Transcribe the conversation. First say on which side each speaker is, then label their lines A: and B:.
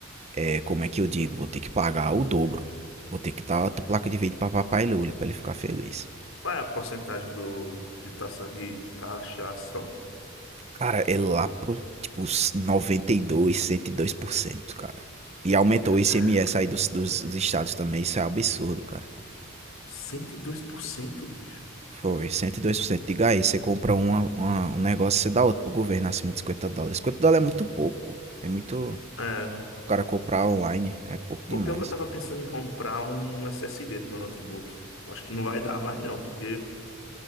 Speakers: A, on the right (about 30°); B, on the left (about 70°).
A: é, como é que eu digo? Vou ter que pagar o dobro. Vou ter que dar outra placa de vídeo pra papai Lula pra ele ficar feliz.
B: qual é a porcentagem do, de, taxa, de taxação?
A: Cara, é lá pro, tipo, noventa e e dois dois cento cento e dois por cento, cara. E aumentou
B: Caraca,
A: o ICMS aí dos, dos, dos estados também, isso é um absurdo, cara.
B: 102%, bicho.
A: Foi, cento. e dois por cento. Diga aí, você compra uma, uma- um negócio, você dá outro pro governo acima de 50 dólares. 50 dólares é muito pouco, pô. É muito. O
B: É,
A: cara comprar online é pouco demais.
B: pô, pior que eu tava pensando em comprar um SSD pro meu notebook. Eu Acho que não vai dar mais não, porque...